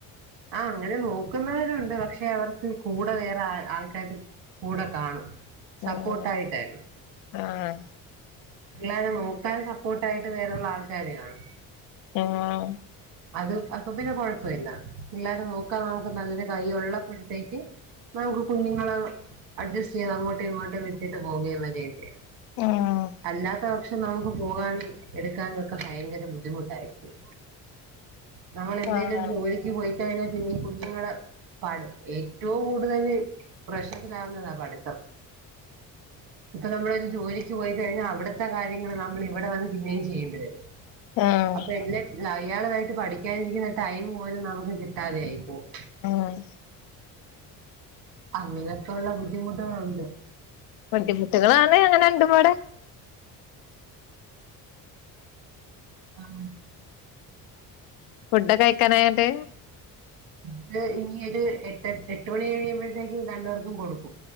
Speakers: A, on the right (about 80°); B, on the left (about 75°).
A: ആഹ്‌ അങ്ങനെ നോക്കുന്നവരുണ്ട് പക്ഷെ അവർക്ക് കൂടെ വേറെ ആൾക്കാരും കൂടെ കാണും സപ്പോർട്ട്
B: ഉം
A: ആയിട്ടെ
B: ആഹ്
A: പിള്ളാരെ നോക്കാന് സപ്പോർട്ട് ആയിട്ട് വേറള്ള ആൾക്കാാര് കാണും
B: ആഹ
A: അത് അപ്പൊ പിന്നെ കൊഴപ്പമില്ല പിള്ളേരെ നോക്കാന് നമുക്ക് നല്ലൊരു കയ്യ് ഉള്ളപ്പഴത്തേക്ക് നമുക്ക് കുഞ്ഞുങ്ങള് അഡ്ജസ്റ്റ് ചെയ്ത് അങ്ങോട്ടും ഇങ്ങോട്ടും വിട്ടിട്ട് പോവുകയും വരേം ചെയ്യാ
B: ആഹ്
A: അല്ലാത്ത പക്ഷം നമുക്ക് പോകാനും എടുക്കാനും ഒക്കെ ഭയങ്കര ബുദ്ധിമുട്ടായിരിക്കും നമ്മൾ എന്തെങ്കലും
B: ആഹ്
A: ജോലിക്ക് പോയി കഴിഞ്ഞാൽ പിന്നെ ഈ കുഞ്ഞുങ്ങള് പഠ ഏറ്റവും കൂടുതൽ പ്രശത്തിലാവുന്നതാ പഠിത്തം ഇപ്പൊ നമ്മളൊ ഒരു ജോലിക്ക് പോയി കഴിഞ്ഞാൽ അവിടുത്തെ കാര്യങ്ങൾ നമ്മൾ ഇവിടെ വന്ന് പിന്നെയും ചെയ്യേണ്ടി വരും
B: ആഹ്
A: അപ്പൊ എന്നെ അയാളായിട്ട് പഠിക്കാനിരിക്കുന്ന ടൈം പോലും നമുക്ക് കിട്ടാതെയായി പ്പോവും
B: ആഹ്
A: അങ്ങനെയൊക്കെ ഉള്ള ബുദ്ധിമുട്ടുകളുണ്ട്
B: ബുദ്ധിമുട്ടുകളാണ് അങ്ങനെ രണ്ടും പാടെ
A: ആഹ്
B: ഫുഡ്കെ കഴിക്കാനായോന്ന്ട്ട്
A: ഇത് ഇനി ഒരു എ എട്ട് മണി എഴിയുമ്പോഴത്തേക്കും രണ്ട്പെർക്കും കൊടുക്കും